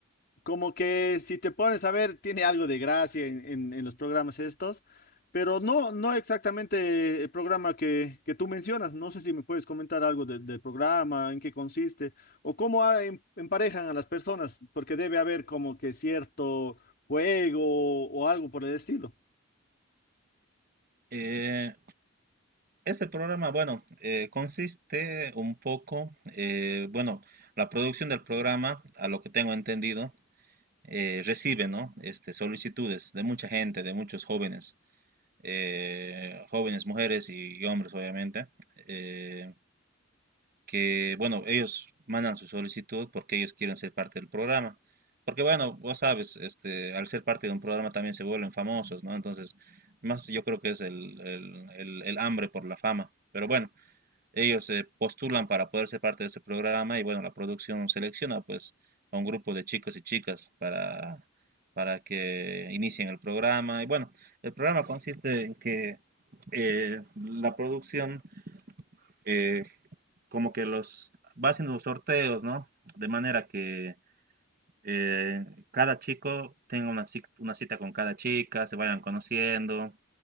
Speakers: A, on the left (about 50°); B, on the right (about 50°).
A: Como que si te pones a ver, tiene algo de gracia en, en- en los programas estos, pero no, no exactamente el programa que, que tú mencionas. No sé si me puedes comentar algo de- del programa, en qué consiste, o cómo ha- em- emparejan a las personas, porque debe haber como que cierto juego o algo por el estilo.
B: Eh, este programa, bueno, eh, consiste un poco, eh, bueno, la producción del programa, a lo que tengo entendido, eh, recibe, ¿no? Este, solicitudes de mucha gente, de muchos jóvenes, eh, jóvenes, mujeres y, y hombres, obviamente. Eh, que, bueno, ellos mandan su solicitud porque ellos quieren ser parte del programa. Porque, bueno, vos sabes, este, al ser parte de un programa también se vuelven famosos, ¿no? Entonces, más yo creo que es el, el- el- el hambre por la fama. Pero bueno, ellos se postulan para poder ser parte de ese programa y, bueno, la producción selecciona, pues, a un grupo de chicos y chicas para, para que inicien el programa. Y, bueno, el programa consiste en que eh, la producción eh, como que los va haciendo los sorteos, ¿no? De manera que eh, cada chico tenga una, ci- una cita con cada chica, se vayan conociendo